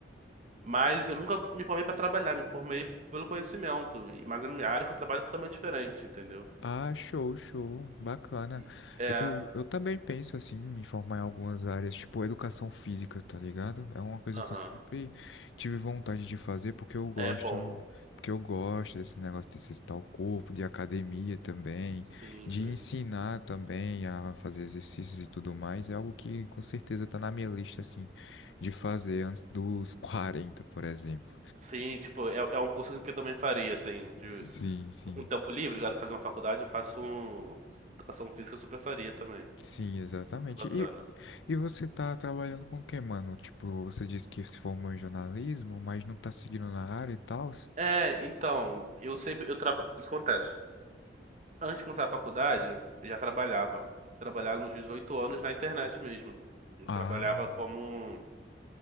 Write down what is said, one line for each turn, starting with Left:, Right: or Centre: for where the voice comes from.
Right: mas eu nunca me formei pra trabalhar, me formei pelo conhecimento, e- mas a minha área que eu trabalho é totalmente diferente, entendeu?
Left: Ah, show, show. Bacana.
Right: E- É,
Left: Eu, eu também penso assim, em me formar em algumas áreas, tipo educação física, tá ligado? É uma coisa
Right: aham.
Left: que eu sempre tive vontade de fazer porque eu gosto,
Right: É bom.
Left: porque eu gosto desse negócio de exercitar o corpo, de academia também,
Right: Sim,
Left: de
Right: sim.
Left: ensinar também a fazer exercícios e tudo mais. É algo que com certeza tá na minha lista assim de fazer antes dos <laughs> 40, por exemplo.
Right: Sim, tipo, é, é um curso que eu também faria, assim, de
Left: Sim, sim.
Right: com tempo livre, eu quero fazer uma faculdade, eu faço um... educação física, eu super faria também.
Left: Sim, exatamente.
Right: Muito bacana.
Left: E, e você tá trabalhando com o que, mano? Tipo, você disse que se formou em jornalismo, mas não tá seguindo na área e tal?
Right: É, então, eu sempre, eu trabalho, o que acontece? Antes de começar a faculdade, eu já trabalhava. Trabalhava nos 18 anos na internet mesmo. Eu
Left: Ah,
Right: trabalhava como